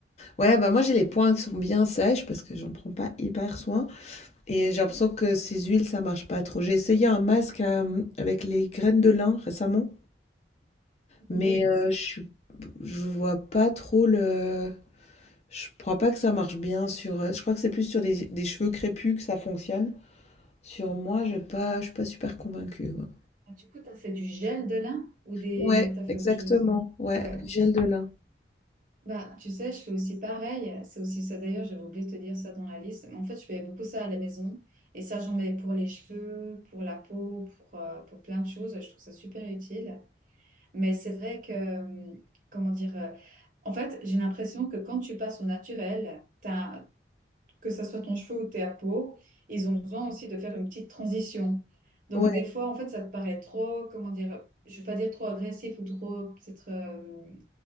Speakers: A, on the left; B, on the right.
A: Ouais, bah moi j'ai les poings qui sont bien sèches parce que j'en prends pas hyper soin. Et j'ai l'impression que ces huiles, ça marche pas trop. J'ai essayé un masque euh, avec les graines de lin récemment.
B: Oui.
A: Mais euh, je suis, je vois pas trop le. Je crois pas que ça marche bien sur. euh, Je crois que c'est plus sur des, des cheveux crépus que ça fonctionne. Sur moi, j'ai pas, je suis pas super convaincue. quoi.
B: Du coup, tu as fait du gel de lin ou des...
A: Ouais,
B: tu as fait
A: exactement.
B: autre chose?
A: Ouais,
B: Ouais.
A: le gel de lin.
B: Bah, tu sais, je fais aussi pareil. C'est aussi ça. D'ailleurs, j'avais oublié de te dire ça dans la liste. Mais en fait, je fais beaucoup ça à la maison. Et ça, j'en mets pour les cheveux, pour la peau, pour, euh, pour plein de choses. Je trouve ça super utile. Mais c'est vrai que, euh, comment dire, euh, en fait, j'ai l'impression que quand tu passes au naturel, t'as- que ça soit ton cheveu ou ta peau, ils ont besoin aussi de faire une petite transition. Donc,
A: Ouais,
B: des fois, en fait, ça te paraît trop, comment dire, je ne vais pas dire trop agressif ou trop, peut-être. hum,